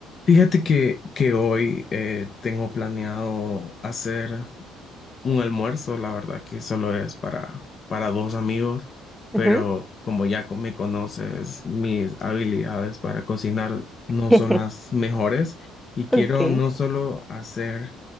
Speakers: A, on the left; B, in the centre.
A: Fíjate que, que hoy eh, tengo planeado hacer un almuerzo, la verdad que solo es para, para dos amigos, pero
B: Ajá.
A: como ya co- me conoces, mis habilidades para cocinar no
B: <laughs>
A: son las mejores y quiero
B: Ok.
A: no solo hacer